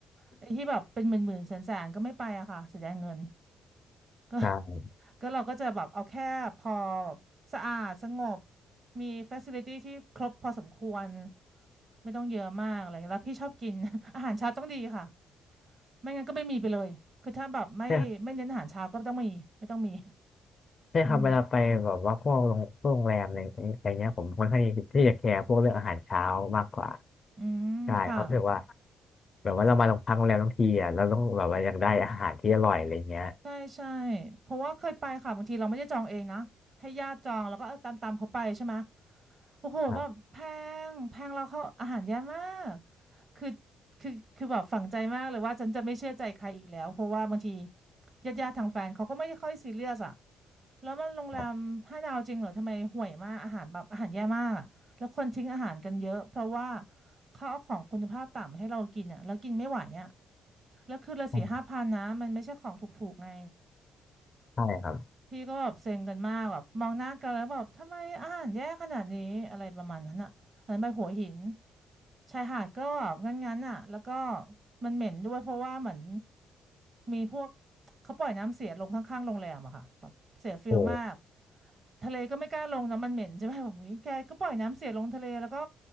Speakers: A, on the right (about 40°); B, on the left (about 40°).
A: ไอ้ที่แบบเป็นหมื่นๆแสนๆก็ไม่ไปอะค่ะเสียดายเงินก็
B: ใช่
A: ก็เราก็จะแบบเอาแค่พอแบบสะอาดสงบมีฟ a ซิลิตี้ที่ครบพอสมควรไม่ต้องเยอะมากอะไรเงี้ยแล้วพี่ชอบกิน <laughs> อาหารเช้าต้องดีค่ะไม่งั้นก็ไม่มีไปเลยคือถ้าแบบไม่ไม่เน้นอาหารเช้าก็ต้องมีไม่ต้องมี
B: ใช่ใช่ครับเวลาไปแบบว่าพวกโรงพวกโรงแรมอะไรอะไรเงี้ยผมค่อนข้างที่จะแคร์พวกเรื่องอาหารเช้ามากกว่า
A: อืมอืมค่ะ
B: ใช่เพราะรู้สึกว่า แบบว่าเรามาลงพักโรงแรมทั้งทีอ่ะเราต้องแบบว่าอยากได้อาหารที่อร่อยอะไรเงี้ย
A: ใช่ใช่เพราะว่าเคยไปค่ะบางทีเราไม่ได้จองเองนะให้ญาติจองแล้วก็เออตามตามเขาไปใช่ไหมโอ้โหแบบแพ
B: ครับ
A: งแพงเราเขาอาหารแย่มาก คือคือคือแบบฝังใจมากเลยว่าฉันจะไม่เชื่อใจใครอีกแล้วเพราะว่าบางทีญาติญาติทางแฟนเขาก็ไม่ได้ค่อยซีเรียสอะแล้วมันโรงแรมห้าดาวจริงเหรอทำไมห่วยมากอาหารแบบอาหารแย่มากอะแล้วคนทิ้งอาหารกันเยอะเพราะว่า
B: ครับ
A: เขาเอาของคุณภาพต่ำให้เรากินอะแล้วกินไม่ไหวอะแล้วคือละสี่ห้าพันนะมันไม่ใช่ของถูกๆไง
B: ใช่ใช่ครับ
A: พี่ก็แบบเซ็งกันมากแบบมองหน้ากันแล้วแบบทำไมอาหารแย่ขนาดนี้อะไรประมาณนั้นอะอันนั้นไปหัวหิน ชายหาดก็งั้นๆอ่ะแล้วก็มันเหม็นด้วยเพราะว่าเหมือนมีพวกเขาปล่อยน้ำเสียลงข้างๆโรงแรมอะค่ะแบบเสียฟิลมาก
B: โอ้
A: ทะเลก็ไม่กล้าลงเนอะมันเหม็นใช่ไหมแบบอุ๊ยแกก็ปล่อยน้ำเสียลงทะเลแล้วก็